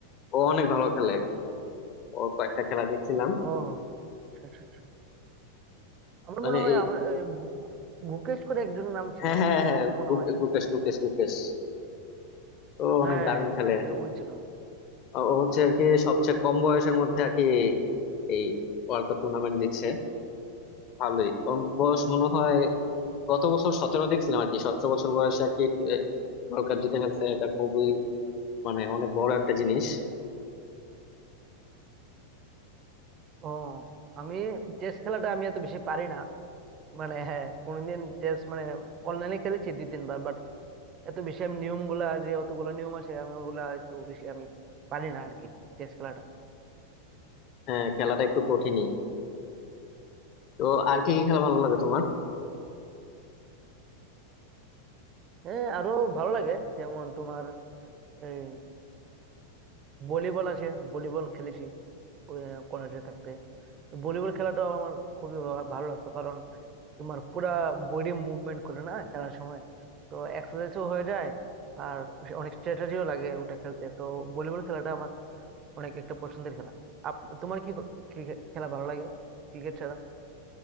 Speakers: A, on the left; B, on the right.
A: ও অনেক ভালো খেলে ওর কয়েকটা খেলা দেখছিলাম
B: ও আচ্ছা আচ্ছা আচ্ছা। আমার
A: মানে
B: মনে হয়
A: এই
B: আমার এ, গু- গু- গুকেশ করে একজন নাম ছিল
A: হ্যাঁ হ্যাঁ
B: ও
A: হ্যাঁ
B: মনে
A: গু-
B: হয়
A: গুকেশ গুকেশ গুকেশ তো
B: হ্যাঁ
A: অনেক দারুণ
B: হ্যাঁ
A: খেলে
B: এটা ওই ছিল
A: ও ও হচ্ছে আর কি সবচেয়ে কম বয়সের মধ্যে আর কি এই ওয়ার্ল্ড কাপ টুর্নামেন্ট জিতছে ভালোই ওর বয়স মনে হয় গত বছর সতেরো দেখছিলাম আর কি সতেরো বছর বয়সে আর কি এ, ওয়ার্ল্ড কাপ জিতে ফেলছে এটা খুবই মানে অনেক বড় একটা জিনিস
B: ও আমি চেস খেলাটা আমি এত বেশি পারি না মানে হ্যাঁ কোনদিন চেস মানে অনলাইনে খেলেছি দুই তিনবার বাট এত বেশি আমি নিয়ম গুলা যে অতগুলো নিয়ম আছে আমি ওগুলা একটু বেশি আমি পারি না আর কি চেস খেলাটা
A: হ্যাঁ খেলাটা একটু কঠিনই তো আর কি কি খেলা ভালো লাগে তোমার
B: হ্যাঁ আরো ভালো লাগে যেমন তোমার এই ভলিবল আছে ভলিবল খেলেছি কলেজে থাকতে তো ভলিবল খেলাটাও আমার খুবই ভা- ভালো লাগতো কারণ তোমার পুরা বডি মুভমেন্ট করে না খেলার সময় তো এক্সারসাইজও হয়ে যায় আর অনেক স্ট্র্যাটেজিও লাগে ওটা খেলতে তো ভলিবল খেলাটা আমার অনেক একটা পছন্দের খেলা আপ তোমার কি কি খেলা ভালো লাগে ক্রিকেট ছাড়া